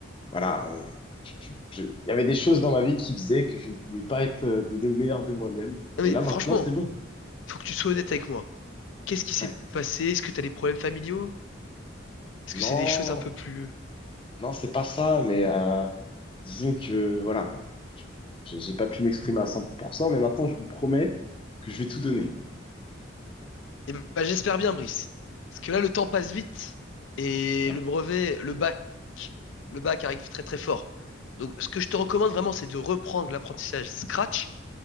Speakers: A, on the left (about 25°); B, on the left (about 75°).
A: voilà, euh, je- je- je- il y avait des choses dans ma vie qui faisaient que je ne pouvais pas être, euh, donner le meilleur de moi-même.
B: Non
A: Mais
B: mais
A: là,
B: franchement,
A: maintenant, c'est bon.
B: faut que tu sois honnête avec moi. Qu'est-ce qui s'est
A: Ouais.
B: passé? Est-ce que t'as des problèmes familiaux? Est-ce
A: Non,
B: que c'est des choses un peu plus...
A: non, c'est pas ça. Mais euh, disons que, voilà, je- j'ai j'ai pas pu m'exprimer à 100%, mais maintenant, je vous promets que je vais tout donner.
B: Eh ben, j'espère bien, Brice. Parce que là, le temps passe vite et
A: Ouais,
B: le brevet, le bac, le bac arrive très très fort. Donc, ce que je te recommande vraiment, c'est de reprendre l'apprentissage Scratch